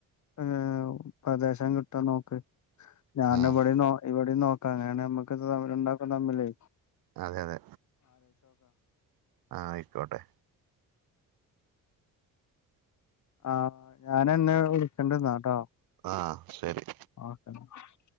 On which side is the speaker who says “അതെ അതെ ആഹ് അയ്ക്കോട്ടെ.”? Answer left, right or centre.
Right